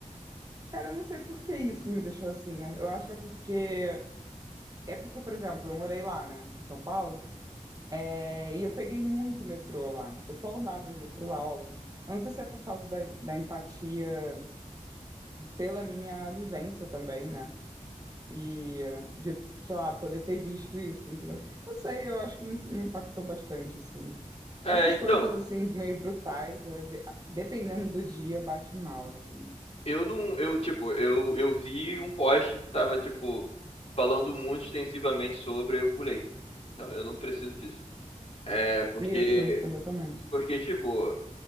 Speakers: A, on the right; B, on the left.
A: Cara, eu não sei por que isso me deixou assim. Eu acho que é porque. É porque, por exemplo, eu morei lá, né, em São Paulo, é, e eu peguei muito metrô lá. Eu só andava de metrô lá, óbvio. Eu não sei se é por causa da, da empatia pela minha vivência também, né? e eh, de, sei lá, poder ter visto isso, entendeu? Não sei, eu acho que me impactou bastante, assim.
B: É,
A: Essas
B: então,
A: coisas, assim, meio brutais, eu, às ve- dependendo do dia, bate mal, assim.
B: eu não, eu, tipo, eu, eu vi um post que tava, tipo, falando muito extensivamente sobre, eu pulei. Então, eu não preciso disso. É, porque,
A: Isso, exatamente.
B: porque, tipo,